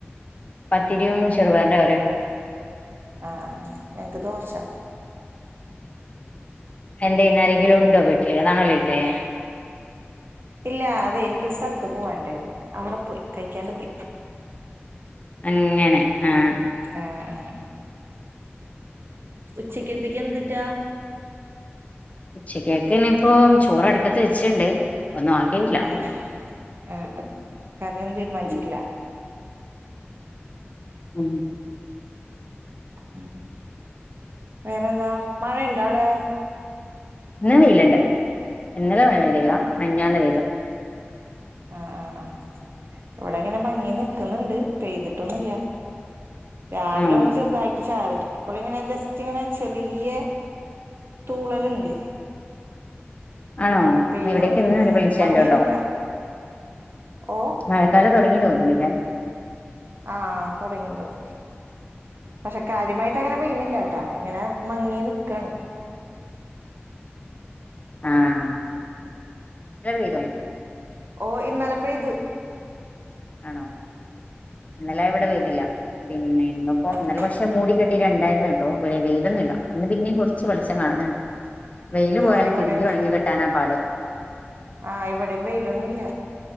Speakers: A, on the left; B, on the right.
A: പത്തിരിയും ചെറുപയറിന്റെ കറിയും
B: ആഹ് ആഹ് ഞങ്ങക്ക് ദോശ
A: എന്താ ഇന്നാരെങ്കിലും ഉണ്ടോ വി ലേ അതാണോ ലേറ്റ് ആയേ?
B: ഇല്ല അതെ എനിക്ക് സ്ഥലത്ത് പോവാണ്ടായിരുന്നു അവിടെ പോയി കഴിക്കാണ്ട് പോയി
A: അങ്ങനെ ആഹ്
B: ആഹ് ആഹ് ഉച്ചക്കത്തേക്ക് എന്തിട്ടാ?
A: ഉച്ചക്കത്തേനിയിപ്പൊ ചോറ് അടുപ്പത്ത് വെച്ചിണ്ട്, ഒന്നും ആക്കിനില്ല.
B: ഉം ആഹ് ആഹ് കറിയൊന്നും തീരുമാനിച്ചിട്ടില്ല?
A: ഉം
B: ഉം വേറെന്താ മഴ ഇണ്ട അവിടെ?
A: ഇന്ന് വെയിലുണ്ട്. ഇന്നലെ മഴ പെയ്തില്ല, മിനിഞ്ഞാന്ന് പെയ്തു.
B: ആഹ് ആഹ് ആഹ് ഇവിടെങ്ങനെ മങ്ങിനി ക്കുന്നുണ്ട് പെയ്തിട്ടൊന്നുല്ല. രാവിലെ
A: ആഹ്
B: ഒന്ന് ചെറുതായിട്ട് ചാറി ഇപ്പളിങ്ങനെ ജസ്റ്റ് ഇങ്ങനെ ചെറിയ തൂളലുണ്ട്.
A: ആണോ
B: പെയ്യണൊന്നില്ല
A: ഇവിടേക്ക് ഇന്ന്
B: ഉം
A: വെളിച്ചണ്ട്
B: മങ്ങി
A: കേട്ടോ.
B: നിക്ക ഓ
A: മഴക്കാലം തുടങ്ങി തോന്നു <unintelligible>
B: ആഹ് തുടങ്ങിണ്ടാവും പക്ഷെ കാര്യമായിട്ട് അങ്ങനെ പെയ്ണില്ലട്ടാ. ഇങ്ങനെ മങ്ങി നിക്കാണ്
A: ആഹ് മഴ പെയ്തിനോ
B: ഓ ഇന്നലെ പ്പെയ്ത്
A: ആണോ. ഇന്നലെ ഇവിടെ പെയ്തില്ല. പിന്നെ ഇന്ന് ഇപ്പം
B: ഉം ആഹ്
A: ഇന്നലെ പക്ഷെ മൂടി കെട്ടി രണ്ടായിരുന്നുട്ടോ വെയിലൊന്നുല്ല. ഇന്ന് പിന്നെയും കുറച്ചു വെളിച്ചം കാണണ് ണ്ട്. വെയിയല് പോയാൽ
B: ആഹ് ഇവിടെയും
A: തിരുമ്പി ഒണങ്ങി കിട്ടാനാ പാട്.
B: ആഹ് ഇവിടെയും വെയിലൊന്നും ഇല്ല.